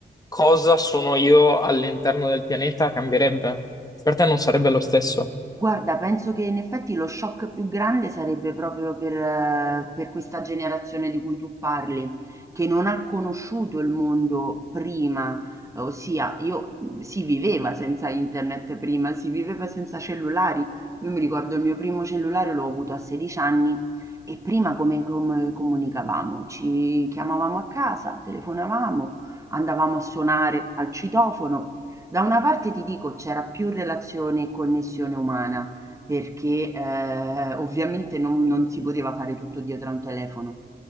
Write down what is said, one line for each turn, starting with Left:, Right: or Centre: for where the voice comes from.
Left: cosa sono io all'interno del pianeta cambierebbe. Per te non sarebbe lo stesso.
Right: Guarda, penso che in effetti lo shock più grande sarebbe proprio per eh, per questa generazione di cui tu parli, che non ha conosciuto il mondo prima, ossia io si viveva senza internet prima, si viveva senza cellulari. Io mi ricordo il mio primo cellulare l'ho avuto a 16 anni e prima come, come comunicavamo? Ci chiamavamo a casa, telefonavamo, andavamo a suonare al citofono. Da una parte ti dico c'era più relazione e connessione umana, perché, ehm, ovviamente non non si poteva fare tutto dietro a un telefono.